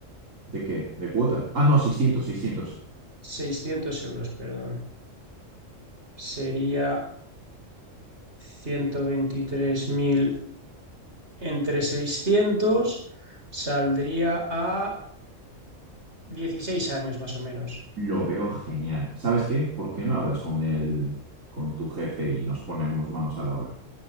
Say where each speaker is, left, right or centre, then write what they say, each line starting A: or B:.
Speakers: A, on the right (about 80°); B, on the right (about 55°).
A: ¿De qué? ¿De cuota? Ah, no, 600, 600.
B: seiscientos euros, perdón. Sería 123.000 entre 600, saldría a dieciséis años más o menos.
A: Lo veo genial. ¿Sabes qué? ¿Por qué no hablas con el, con tu jefe y nos ponemos manos a la obra?